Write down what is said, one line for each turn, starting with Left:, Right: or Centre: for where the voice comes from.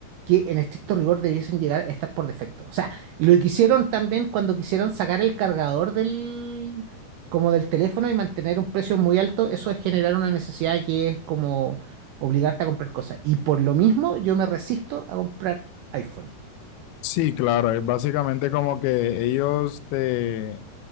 Right: que en estricto rigor debiesen llegar a estar por defecto. O sea, lo que hicieron también cuando quisieron sacar el cargador del, como del teléfono y mantener un precio muy alto, eso es generar una necesidad que es como obligarte a comprar cosas. Y por lo mismo, yo me resisto a comprar iPhone.
Left: Sí, claro, es básicamente como que ellos te,